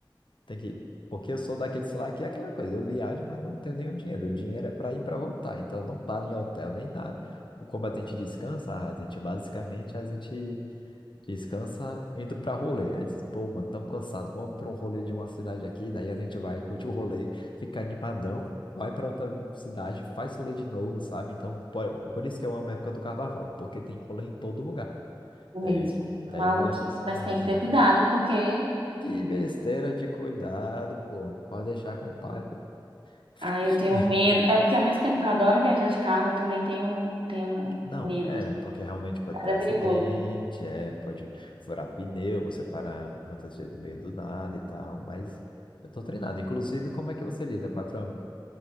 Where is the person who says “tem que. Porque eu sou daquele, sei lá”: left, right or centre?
Left